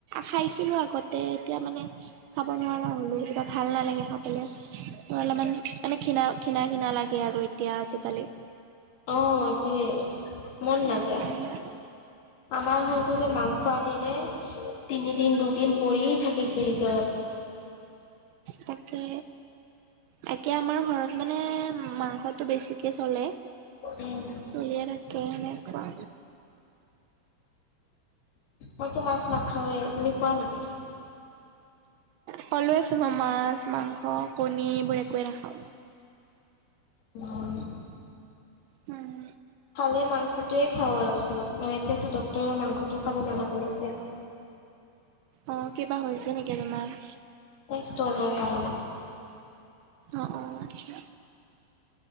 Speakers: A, on the right; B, on the left.
A: খাইছিলোঁ আগতে এতিয়া মানে খাব নোৱাৰা হ'লো। কিবা ভাল নালাগে খাবলে। মোৰ অলপমান মানে ঘৃণা-ঘৃণা-ঘৃণা লাগে আৰু এতিয়া আজিকালি।
B: অঁ! এইটোৱেই, মন
A: সেইকাৰণে
B: নাযায়।
A: আৰু
B: আমাৰ ঘৰতো
A: অ
B: যে মাংস আনিলে তিনিদিন, দুদিন পৰি থাকে ফ্ৰিজত।
A: তাকে। বাকী আমাৰ ঘৰত মানে মাংসটো বেছিকে চলে।
B: উম।
A: চলিয়ে থাকে এনেকুৱা।
B: মইতো মাছ নাখাওঁৱে। তুমি খোৱা নেকি?
A: কলোৱে চোন মই মাছ, মাংস, কণী এইবোৰ একোৱেই নাখাওঁ।
B: উম।
A: উম।
B: খালে মাংসটোৱেই খাওঁ অলপ-চলপ। মানে এতিয়াতো ডক্তৰেও মাংসটোও খাব মানা কৰিছে।
A: অঁ! কিবা হৈছে নেকি তোমাৰ?
B: এই ইষ্টনৰ কাৰণে।
A: অঁ-অঁ! আচ্ছা।